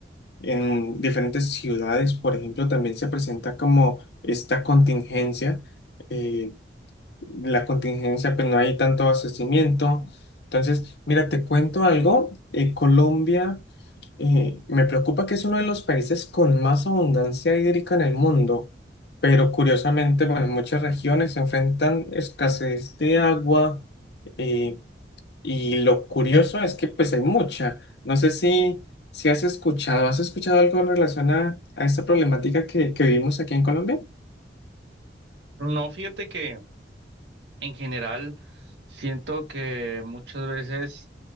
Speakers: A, on the left (about 70°); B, on the right (about 85°).
A: en diferentes ciudades, por ejemplo, también se presenta como esta contingencia. eh, la contingencia, pues no hay tanto abastecimiento. Entonces, mira, te cuento algo. eh, Colombia, eh, me preocupa que es uno de los países con más abundancia hídrica en el mundo, pero curiosamente, bueno, muchas regiones se enfrentan escasez de agua eh, y lo curioso es que pues hay mucha. No sé si, si has escuchado, ¿has escuchado algo en relación a, a esta problemática que, que vivimos aquí en Colombia?
B: No, fíjate que en general siento que muchas veces